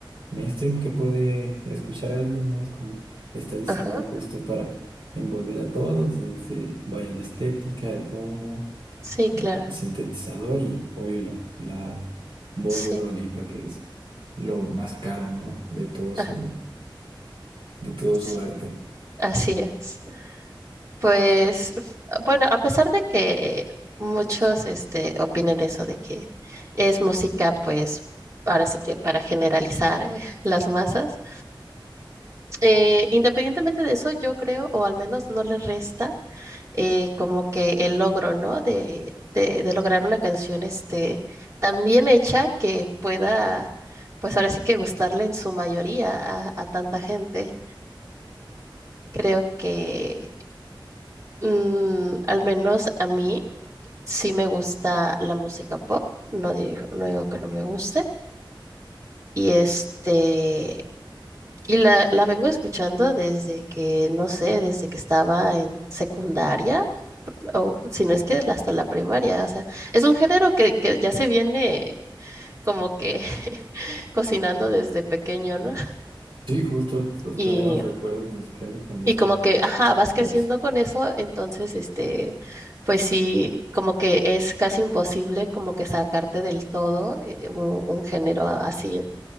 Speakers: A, on the right (about 90°); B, on the right (about 35°).
A: mainstream que puede escuchar alguien, ¿no? Es como, está diseñado
B: ajá,
A: justo para envolver a todos, desde, vaya, la estética, el tono,
B: sí, claro,
A: el sintetizador y, obvio, la, la voz
B: sí,
A: de Dua Lipa, que es lo más caro, ¿no? De todo su,
B: ah,
A: de todo
B: sí,
A: su arte.
B: así es. Pues, f- bueno, a pesar de que muchos este, opinen eso de que es música, pues, ahora sí que para generalizar eh, <laughs> las masas. eh, independientemente de eso, yo creo, o al menos no le resta eh, como que el logro, ¿no? De, de, de lograr una canción este, tan bien hecha que pueda, pues ahora sí que gustarle en su mayoría a, a tanta gente. Creo que mm, al menos a mí sí me gusta la música pop, no digo, no digo que no me guste. Y este, Y la, la vengo escuchando desde que, no sé, desde que estaba en secundaria, o si no es que hasta la primaria. O sea, es un género que, que ya se viene como que <laughs> cocinando desde pequeño, ¿no?
A: Sí, justo, los
B: Y,
A: primeros recuerdos musicales también
B: y
A: son
B: como que, ajá, vas creciendo
A: pops.
B: con eso, entonces, este, pues sí, como que es casi imposible como que sacarte del todo eh, un, un género así,